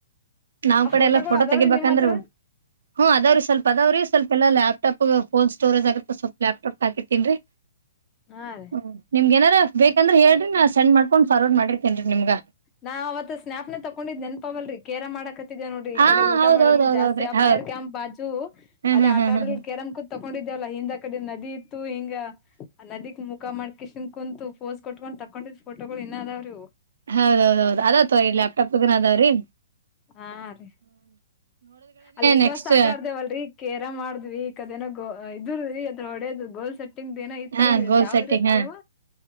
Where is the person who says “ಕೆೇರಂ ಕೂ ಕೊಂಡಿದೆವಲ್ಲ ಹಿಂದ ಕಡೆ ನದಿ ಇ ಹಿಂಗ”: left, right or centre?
Left